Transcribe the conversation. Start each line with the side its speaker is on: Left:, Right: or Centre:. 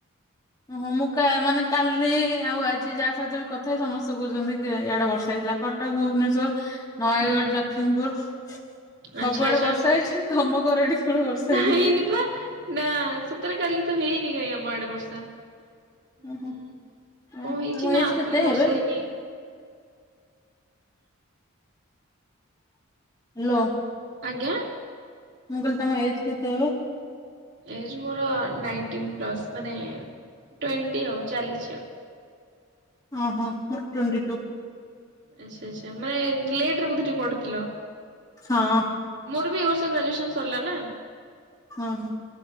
Left: ଓହୋ ମୁଁ କା ମାନେ କାଲି ଆଉ ଆଜି ଯାହା ସହିତ ବି କଥା ହେଇଚି ସମସ୍ତେ କୋହୁଚନ୍ତି କି ୟାଡେ ବର୍ଷା ହେଇଥିଲା କ କଟକ, ଭୁବନେଶ୍ୱର, ନୟାଗଡ଼,
Right: ହୁଁ ହୁଁ
Left: ଜଗସିଂପୁର ସବୁଆଡ଼େ
Right: ଆଚ୍ଛା ଆଚ୍ଛା।
Left: ବର୍ଷା ହେଇଚି ତମ ଘର ଆଡ଼େ କେବଳ ବର୍ଷା
Right: ନା
Left: ହେଇନି।
Right: ହେଇନି ପା ନା ସତରେ କାଲି ତ ହେଇନି କାଇଁ ଆମ ଆଡ଼େ ବର୍ଷା। ହୁଁ
Left: ଓହୋ ଆଉ
Right: କଣ ହେଇଚି
Left: ତମ
Right: ନା
Left: ଏଜ କେତେ
Right: କାଲି ବର୍ଷା
Left: ଏବେ
Right: ହେଇନି।
Left: ହାଲୋ।
Right: ଆଜ୍ଞା।
Left: ମୁଁ କହିଲି ତମ ଏଜ୍ କେତେ ଏବେ?
Right: ଏଜ୍ ମୋର ନାଇଣ୍ଟିନ୍ ପ୍ଲସ୍ ମାନେ ଟ୍ୱେଣ୍ଟି ଆଉ ଚାଲିଚି ଆଉ।
Left: ଓହୋ ମୋର ଟ୍ୱେଣ୍ଟି ଟୁ।
Right: ଆଚ୍ଛା ଆଚ୍ଛା ମାନେ ଲେଟରେ ବୋଧେ ଟିକେ ପଢିଥିଲ?
Left: ହଁ
Right: ମୋର ବି ଏଇ ବର୍ଷ ଗ୍ରାଜୁଏସନ ସରିଲା ନା।
Left: ହଁ